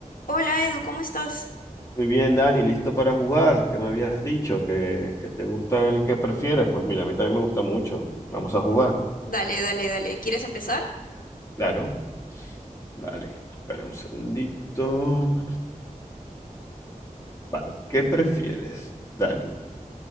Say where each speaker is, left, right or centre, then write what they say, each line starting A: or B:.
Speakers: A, on the left; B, on the left.
A: Hola Edu, ¿cómo estás?
B: Muy bien, Dani, listo para jugar, que me habías dicho que, que te gusta el que prefieres. Pues mira, a mí también me gusta mucho. Vamos a jugar.
A: Dale, dale, dale. ¿Quieres empezar?
B: Claro. Vale, espera un segundito. Vale, ¿qué prefieres, Dani?